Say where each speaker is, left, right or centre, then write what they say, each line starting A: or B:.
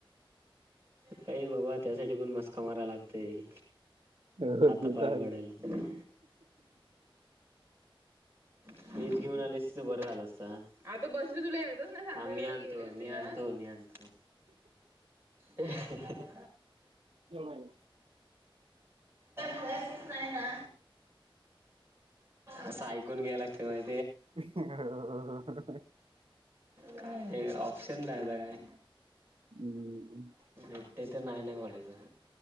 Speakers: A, on the right; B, on the right.
A: काय बाबा त्यासाठी पण मस्का माराय लागतय.
B: हो
A: हाता
B: ते
A: पाया
B: तर
A: पडायला <inaudible> वीज घेऊन आली असतीस तर बरं झालं असता आता बस तुला मी आणतो मी आणतो मी आणतो. अहं
B: आहे
A: हँ असं ऐकून घ्या लागते माहि
B: <inaudible>
A: काय ऑप्शन नाही आता काय
B: हम्म
A: नडडे तर नाही नाही कॉलेज हम्